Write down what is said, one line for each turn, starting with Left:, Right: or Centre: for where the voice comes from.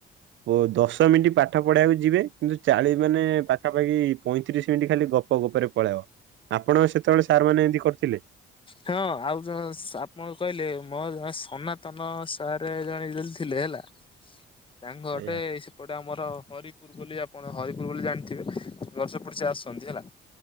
Right: ଓ ଦଶ ମିନିଟ ପାଠ ପଢିବାକୁ ଯିବେ କିନ୍ତୁ ଚାଳି ମାନେ ପାଖାପାଖି ପଇଁତିରିଶ ସେମିତି ଖାଲି ଗପ ଗପରେ ପଳାଅ ଆପଣ ସେତେବେଳେ ସାର୍ ମାନେ ଏମିତି କରୁଥିଲେ?
Left: ହଁ ଆଉ ଜଣେ ଆପଣ କହିଲେ ମୋ ଜଣେ ସନାତନ ସାରେ ଜ <unintelligible> ଥିଲେ ହେଲା ତାଙ୍କ ଘରଟେ
Right: ଆଜ୍ଞା
Left: ସେପଟେ ଆମର <unintelligible> ହରିପୁର ବୋଲି ଆପଣ ହରିପୁର ବୋଲି ଜାଣିଥିବେ ବର୍ଷ <unintelligible> ସେ ଆସନ୍ତି ହେଲା।